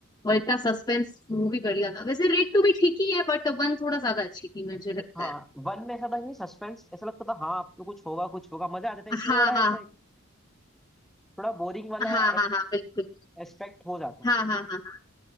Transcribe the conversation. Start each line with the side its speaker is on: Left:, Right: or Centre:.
Left: और इतना सस्पेंस मूवी कर लिया था वैसे रेड टू भी ठीक ही है बट वन थोड़ा ज्यादा अच्छी थी मुझे लगता
Centre: हाँ
Left: है
Centre: वन में ऐसा था कि सस्पेंस ऐसा लगता था हाँ अब तो कुछ होगा कुछ होगा मजा आता था इसमें
Left: हाँ
Centre: थोड़ा
Left: हाँ
Centre: ऐसा है कि थोड़ा बोरिंग वाला
Left: हाँ हाँ हाँ बिल्कुल
Centre: एस्पेक्ट हो जाता है
Left: हाँ हाँ हाँ हाँ